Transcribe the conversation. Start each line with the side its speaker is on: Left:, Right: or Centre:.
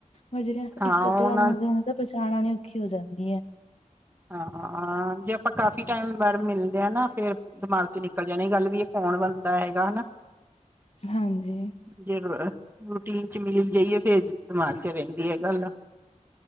Left: ਮ ਜਿਹੜਾ
Right: ਹਾਂ
Left: ਇੱਕ ਅੱਧ ਵਾਰ
Right: ਉਹਨਾਂ
Left: ਮਿਲ ਤਾਂ। ਪਹਿਛਾਣ ਆਣੀ ਔਖੀ ਹੋ ਜਾਂਦੀ ਹੈ
Right: ਹਾਂ ਜੇ ਆਪਾਂ ਕਾਫੀ ਟਾਈਮ ਬਾਰ ਮਿਲਦੇ ਹਾਂ ਨਾ ਫੇਰ ਦਿਮਾਗ ਚ ਨਿਕਲ ਜਾਣੀ ਗੱਲ ਵੀ ਇਹ ਕੌਣ ਬੰਦਾ ਹੈਗਾ ਹੈਨਾ।
Left: ਹਾਂਜੀ।
Right: ਜੇ ਰ ਉ ਰੂਟੀਨ ਚ ਮੀਲ ਜਾਈਏ, ਫੇਰ ਦਿਮਾਗ ਚ ਰਹਿੰਦੀ ਹੈ ਗੱਲ।